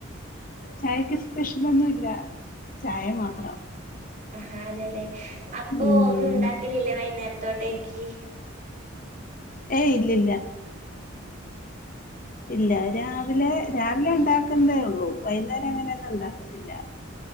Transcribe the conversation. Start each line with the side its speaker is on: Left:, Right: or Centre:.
Left: ചായക്ക് സ്പെഷലൊന്നുല്ല ചായമാത്രം.
Right: ആഹ് അതെലേ അപ്പൊ
Left: ഉം
Right: ഒന്നും ഉണ്ടാക്കലില്ലേ വൈകുന്നേരത്തോട്ടേക്ക്?
Left: ഏയ് ഇല്ല, ഇല്ല ഇല്ല രാവിലെ രാവിലെണ്ടാക്കുന്നതേ ഉള്ളൂ വൈന്നേരം അങ്ങനെയൊന്നും ഉണ്ടാക്കത്തില്ല.